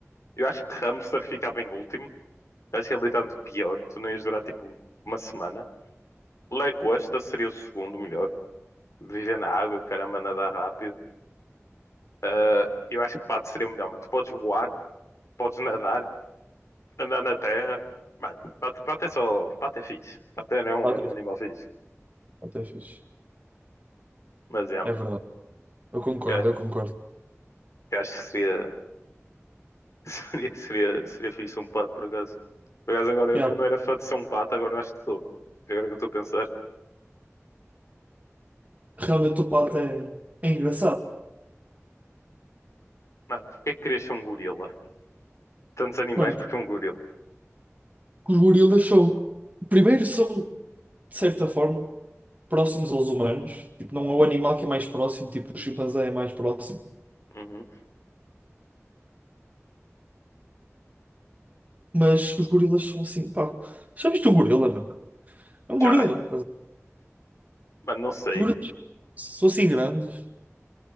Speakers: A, on the left (about 70°); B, on the right (about 30°).
A: eu acho que hamster ficava em último. Eu acho que ele é literalmente o pior. Tu não ias durar, tipo, uma semana. Lagosta seria o segundo melhor. Viver na água, caramba, nadar rápido. Ah, eu acho que pato seria o melhor, mano. Tu podes voar, podes nadar, andar na terra. Mano, pato, pato é só. Pato é fixe. Pato era um,
B: Pato
A: era um
B: é,
A: animal fixe.
B: pato é fixe.
A: Mas é,
B: É
A: mano.
B: verdade. Eu concordo,
A: Eu,
B: eu concordo.
A: eu acho que seria, <laughs> seria, seria, seria fixe um pato, por acaso. Por acaso, agora
B: Yeah,
A: eu não era fã de ser um pato, agora eu acho que sou. Agora que eu estou a pensar.
B: realmente o pato é, é engraçado.
A: Mano, mas porquê é que querias ser um gorila? Tantos animais,
B: Mano, porque
A: porque um gorila?
B: os gorilas são. Primeiro são, de certa forma. próximos aos humanos. Tipo, não é o animal que é mais próximo, tipo, o chimpanzé é mais próximo.
A: Uhum.
B: Mas os gorilas são assim, pá. Já viste um gorila, meu? É um gorila.
A: Já,
B: Os
A: mano, não sei.
B: gorilas são assim grandes.